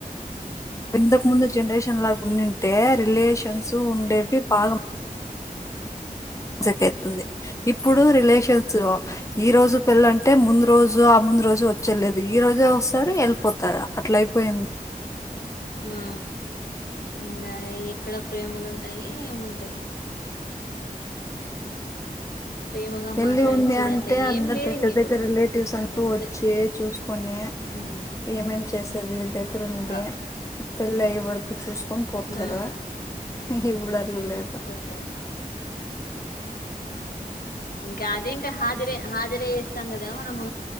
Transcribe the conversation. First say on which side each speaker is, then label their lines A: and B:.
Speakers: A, on the left (about 20°); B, on the left (about 80°).
A: ఇంతకు ముందు జనరేషన్ లాగా ఉండుంటే రిలేషన్స్ ఉండేవి బాగా
B: అ
A: మజకైతుంది ఇప్పుడు రిలేషన్స్ లో ఈ రోజు పెళ్ళంటే ముందు రోజు రోజు ఆ ముందు రోజు వచ్చేలేది ఈ రోజే వస్తారు వెళ్ళిపోతారు అట్ల అయిపోయింది
B: ఉ ఇంకా ఎక్కడ ప్రేమలుంటాయి ఏముంటాయి ప్రేమగా
A: వెళ్లి
B: మాట్లాడిచ్చేది
A: ఉంది అంటే
B: అట్లా ఏం
A: అందరు
B: లేదు
A: దగ్గర
B: ఇంగ ఇప్పుడు
A: దగ్గర రిలేటివ్స్ అందరూ
B: జస్ట్
A: వచ్చి చూసుకొనీ
B: ఉమ్
A: ఏమేం చేస్ తది తె ఇక్కడ ఉండి
B: అ
A: పిల్ల ఏ వర్కు చూసుకొని పోతారా
B: ఉమ్
A: ఇహ ఇప్పుడు అట్లా లేదు
B: పోతారు ఇంకా అదే ఇంకా హాజరే హాజరేేస్తాం కదా మనము